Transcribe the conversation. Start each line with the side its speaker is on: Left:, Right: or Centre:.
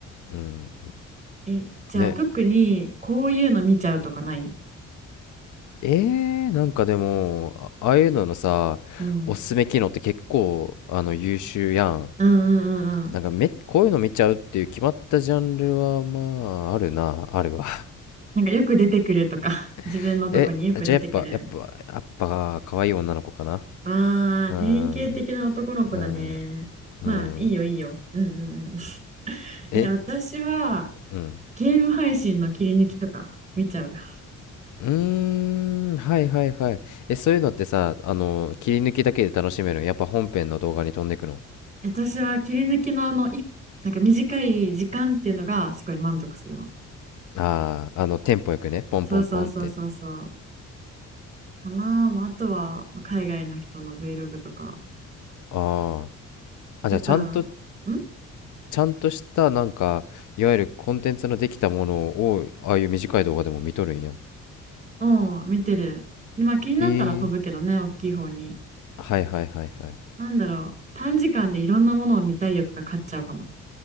Left: うん。
Right: え、じゃあ特にこういうの見ちゃうとかない
Left: ね。えー、なんかでも、あああいうののさ、
Right: うん
Left: おすすめ機能って結構、あの、優秀やん。
Right: うんうんうん
Left: なんかめ、こういうの見ちゃうっていう決まったジャンルは、まあ、あるな、あるわ。
Right: なんかよく出てくるとか、<laughs> 自分のとこによく出てくる。
Left: <laughs> え、じゃあやっぱ、やっぱ、やっぱ、可愛い女の子かな
Right: わあ、
Left: うーん、
Right: 典型的な男の子だね。
Left: うーん、
Right: まあ、
Left: うん。
Right: いいよ、いいよ。うんうんうん。<laughs>
Left: え、
Right: え、私は、
Left: うん。
Right: ゲーム配信の切り抜きとか見ちゃう。<laughs>
Left: うーん、はいはいはい。え、そういうのってさ、あの、切り抜きだけで楽しめるのやっぱ本編の動画に飛んでくの
Right: 私は切り抜きのあの、い、なんか短い時間っていうのがすごい満足するの。
Left: ああー、あの、テンポよくね、ポンポンポンって。
Right: そうそうそうそうそう。かなあ、もうあとは、まあ海外の人の Vlog とか。
Left: ああ。あ、
Right: やっぱ、
Left: じゃあちゃんと
Right: ん
Left: ちゃんとしたなんかいわゆるコンテンツのできたものをああいう短い動画でも見とるんや
Right: うん、見てる。で、まあ気になったら飛ぶけどね、
Left: えー、
Right: 大きい方に。
Left: はいはいはいはい
Right: なんだろう、短時間でいろんなものを見たい欲が勝っちゃうかも。